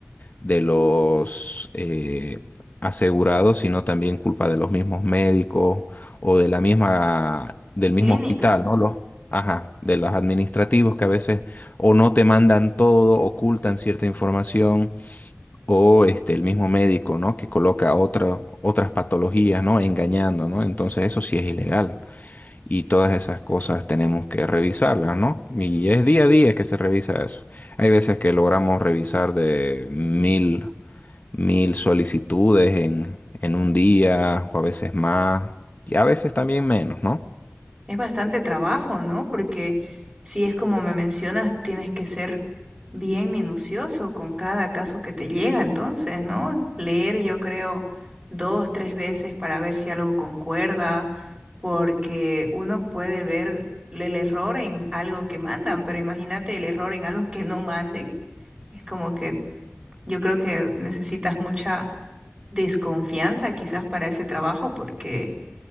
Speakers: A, on the left; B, on the right.
A: de los eh, asegurados, sino también culpa de los mismos médicos o de la misma, del mismo
B: Clínica.
A: hospital, ¿no? Los, ajá, de los administrativos que a veces o no te mandan todo, ocultan cierta información, o este, el mismo médico, ¿no? Que coloca otra- otras patologías, ¿no? Engañando, ¿no? Entonces eso sí es ilegal. Y todas esas cosas tenemos que revisarlas, ¿no? Y es día a día que se revisa eso. Hay veces que logramos revisar de mil mil solicitudes en, en un día, o a veces más, y a veces también menos, ¿no?
B: Es bastante trabajo, ¿no? Porque si es como me mencionas, tienes que ser bien minucioso con cada caso que te llega, entonces, ¿no? Leer, yo creo, dos, tres veces para ver si algo concuerda, porque uno puede ver el error en algo que mandan, pero imagínate el error en algo que no manden. Es como que yo creo que necesitas mucha desconfianza quizás para ese trabajo, porque